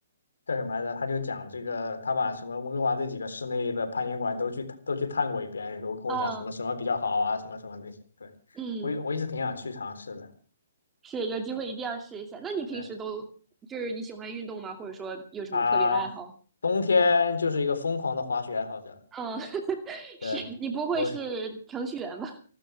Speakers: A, on the left; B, on the right.
A: 叫什么来着？他就讲这个，他把什么温哥华这几个室内的攀岩馆都去都去探过一遍，然后跟我讲什么什么比较好啊，
B: 嗯
A: 什么什么那些。对，
B: 嗯，
A: 我我一直挺想去尝试的。
B: 是，有机会一定要试一下。那你平时都就是你喜欢运动吗？
A: 对
B: 或者说有什么特别爱好？
A: 啊，冬天就是一个疯狂的滑雪爱好者。
B: 嗯，<laughs>
A: 对，
B: 是你不会是程序员吧？
A: 我